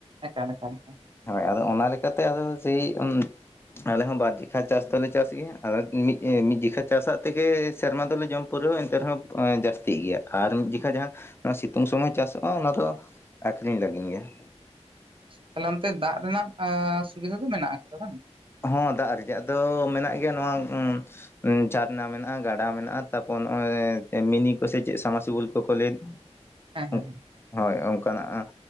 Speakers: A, on the right; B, on the left.
A: ᱮᱠᱟᱞ ᱮᱠᱟᱞ ᱮᱠᱟᱞ
B: ᱦᱳᱭ ᱟᱫᱚ ᱚᱱᱟ ᱞᱮᱠᱟᱛᱮ ᱟᱫᱚ ᱥᱮᱭ ᱚᱱ ᱟᱞᱮᱦᱚᱸ ᱵᱟᱨ ᱡᱮᱠᱷᱟ ᱪᱟᱥ ᱫᱚᱞᱮ ᱪᱟᱥ ᱜᱮᱭᱟ ᱟᱨ ᱢᱤᱫ ᱢᱤᱫ ᱡᱮᱠᱷᱟ ᱪᱟᱥᱟᱜ ᱛᱮᱜᱮ ᱥᱮᱨᱢᱟ ᱫᱚᱞᱮ ᱡᱚᱢ ᱯᱩᱨᱟᱹᱣ ᱮᱱᱛᱮ ᱨᱮᱦᱚᱸ ᱡᱟᱹᱥᱛᱤᱜ ᱜᱮᱭᱟ ᱟᱨ ᱢᱤᱫ ᱡᱮᱠᱷᱟ ᱡᱟᱦᱟᱸ ᱥᱤᱛᱩᱝ ᱥᱚᱢᱚᱭ ᱪᱟᱥᱚᱜᱼᱟ ᱚᱱᱟ ᱫᱚᱼᱼ ᱟᱠᱷᱨᱤᱧ ᱞᱟᱹᱜᱤᱱ ᱜᱮ ᱾
A: ᱛᱟᱞᱦᱮ ᱚᱱᱛᱮ ᱫᱟᱜ ᱨᱮᱱᱟᱜ ᱮᱸ ᱥᱩᱵᱤᱫᱟ ᱫᱚ ᱢᱮᱱᱟᱜ ᱟᱠᱟᱫᱟ ᱵᱟᱝ ᱾
B: ᱦᱚᱸ ᱫᱟᱜ ᱨᱮᱭᱟᱜ ᱫᱚ ᱢᱮᱱᱟᱜ ᱜᱮᱭᱟ ᱱᱚᱣᱟ ᱚᱸ ᱡᱷᱟᱨᱱᱟ ᱢᱮᱱᱟᱜᱼᱟ ᱜᱟᱰᱟ ᱢᱮᱱᱟᱜᱼᱟ ᱛᱟᱨᱯᱚᱨ ᱱᱚᱜᱼᱚᱭ ᱢᱤᱱᱤ ᱠᱚ ᱥᱮ ᱪᱮᱫ ᱥᱟᱢᱟ ᱥᱤᱵᱩᱞ ᱠᱚᱠᱚ ᱞᱟᱹᱭ ᱫᱚ <inaudible>
A: ᱦᱮᱸ ᱦᱮᱸ ᱦᱮᱸ
B: ᱦᱳᱭ ᱚᱱᱠᱟᱱᱟᱜ ᱟᱸ